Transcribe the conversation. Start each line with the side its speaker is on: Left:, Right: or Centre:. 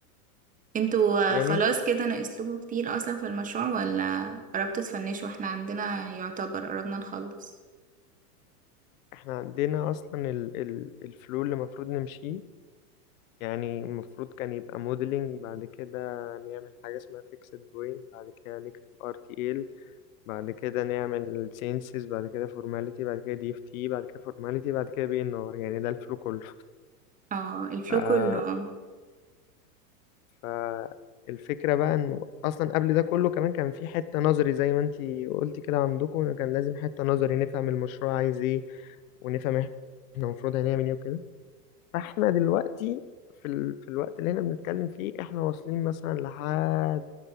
Right: انتوا
Left: يعني
Right: آه، خلاص كده ناقصلكوا كتير اصلا في المشروع ولا قربتوا تفنشوا احنا عندنا يعتبر قربنا نخلص
Left: احنا عندنا اصلا ال... ال... الفلو اللي المفروض نمشيه يعني المفروض كان يبقى موديلنج بعد كده نعمل حاجه اسمها فيكسد بوينت بعد كده نكتب ار تي ال بعد كده نعمل سينسز بعد كده فورماليتي بعد كده دي اف تي بعد كده فورماليتي بعد كده بي ان ار يعني ده الفلو كله
Right: اه الفلو
Left: <laughs>
Right: كله اه
Left: فالفكرة بقى انه اصلا قبل ده كله كمان كان في حتة نظري زي ما انتي قلتي كده عندكم إنه كان لازم حتة نظري نفهم المشروع عايز ايه ونفهم احنا المفروض هنعمل ايه وكده فاحنا دلوقتي في, ال... في الوقت اللي احنا بنتكلم فيه احنا واصلين مثلا لحد